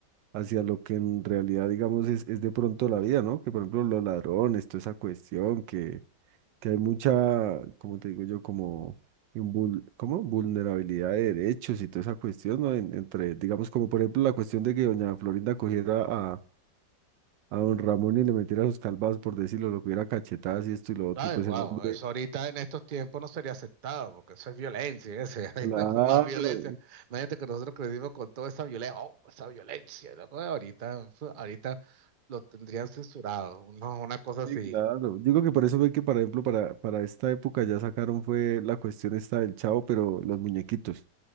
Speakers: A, on the right; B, on the right.
A: hacia lo que en realidad, digamos, es, es de pronto la vida, ¿no? Que por ejemplo los ladrones, toda esa cuestión, que que hay mucha, como te digo yo, como, invul- ¿cómo? vulnerabilidad de derechos y toda esa cuestión, ¿no? En- entre, digamos, como por ejemplo la cuestión de que doña Florinda cogiera a, a don Ramón y le metiera sus calvas, por decirlo, lo cogiera a cachetadas y esto y lo otro,
B: Ay,
A: y pues
B: wow,
A: el hombre,
B: eso ahorita en estos tiempos no sería aceptado, porque eso es violencia, ese, <laughs> ahí
A: claro,
B: está con más violencia. Imagínate que nosotros crecimos con toda esa violencia, oh, esa violencia, loco, ahorita, ahorita lo tendrían censurado, no, una cosa así.
A: sí, claro. Digo que por eso fue que, por ejemplo, para, para esta época ya sacaron fue la cuestión esta del Chavo, pero los muñequitos,